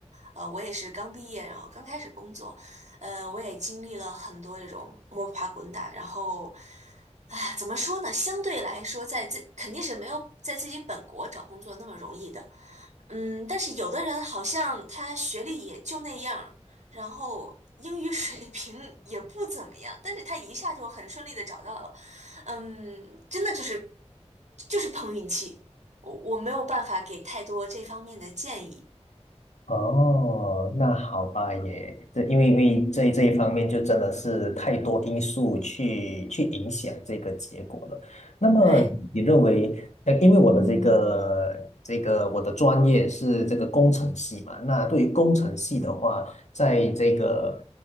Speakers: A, on the right (about 85°); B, on the left (about 80°).
A: 呃，我也是刚毕业，然后刚开始工作，呃，我也经历了很多这种摸爬滚打，然后，唉，怎么说呢？相对来说，在自肯定是没有在自己本国找工作那么容易的，嗯，但是有的人好像他学历也就那样儿然后英语水平也不怎么样，但是他一下就很顺利的找到了。嗯，真的就是就是碰运气，我我没有办法给太多这方面的建议。
B: 哦，那好吧也，这因为因为这这一方面就真的是太多因素去去影响这个结果了。那么你认为，
A: 对，
B: 呃，因为我的这个这个我的专业是这个工程系嘛，那对于工程系的话，在这个